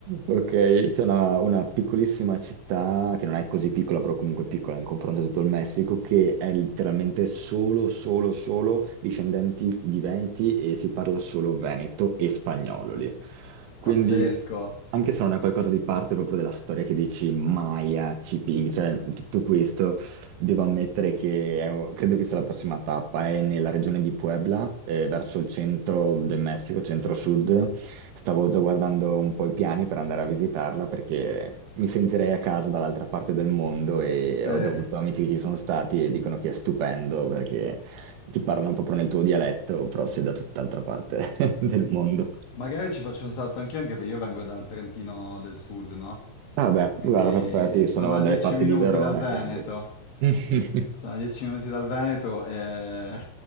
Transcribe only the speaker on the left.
Pazzesco!
Sì.
Magari ci faccio un salto anch'io, anche perché io vengo dal Trentino del Sud, no?
Quindi
sono a
10
minuti
dal Veneto.
Sono a 10 minuti dal Veneto e